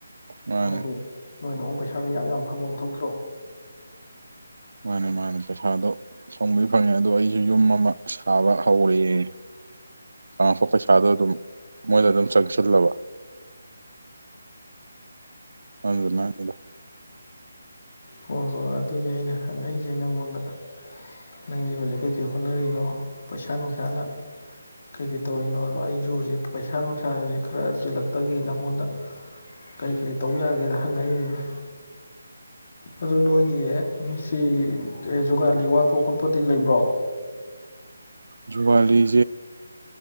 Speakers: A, on the right; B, on the left.
A: ꯃꯥꯅꯦ
B: ꯍꯥꯏꯕꯗꯤ ꯅꯣꯏꯅ ꯑꯃꯛ ꯄꯩꯁꯥꯗ ꯌꯥꯝ ꯌꯥꯝ ꯐꯪꯕ ꯑꯃ ꯊꯣꯛꯇ꯭ꯔꯣ
A: ꯃꯥꯅꯦ ꯃꯥꯅꯦ ꯄꯩꯁꯥꯗꯣ ꯁꯣꯡꯕꯩ ꯐꯪꯉꯦ ꯑꯗꯣ ꯑꯩꯁꯨ ꯌꯨꯝ ꯑꯃ ꯁꯥꯕ ꯍꯧꯔꯑꯦ ꯉꯥꯡꯉꯛꯄ ꯄꯩꯁꯥꯗꯣ ꯑꯗꯨꯝ ꯃꯣꯏꯗ ꯑꯗꯨꯝ ꯆꯪꯁꯤꯜꯂꯕ ꯑꯗꯨ ꯅꯪꯗ
B: ꯍꯣꯏ ꯍꯣꯏ ꯑꯗꯨꯅꯤ ꯑꯩꯅ ꯍꯪꯉꯛꯏꯁꯦ ꯅꯪꯉꯣꯟꯗ ꯅꯪꯒꯤꯕꯁꯦ ꯀꯩꯀꯩ ꯍꯣꯠꯅꯔꯤꯅꯣ ꯄꯩꯁꯥ ꯅꯨꯡꯁꯥꯅ ꯀꯩꯀꯩ ꯇꯧꯔꯤꯅꯣ ꯑꯩꯁꯨ ꯍꯧꯖꯤꯛ ꯄꯩꯁꯥ ꯅꯨꯡꯁꯥꯖꯤ ꯈꯔ ꯆꯤꯜꯂꯛꯇꯒꯦ ꯅꯪꯉꯣꯟꯗ ꯀꯩ ꯀꯔꯤ ꯇꯧ ꯌꯥꯒꯦꯅ ꯍꯪꯉꯛꯏꯅꯤꯅꯦ ꯑꯗꯨ ꯅꯣꯏꯒꯤ ꯁꯤ ꯖꯨꯒꯥꯂꯤ ꯋꯥꯠꯄ ꯈꯣꯠꯄꯗꯤ ꯂꯩꯕ꯭ꯔꯣ
A: ꯖꯨꯋꯥꯂꯤ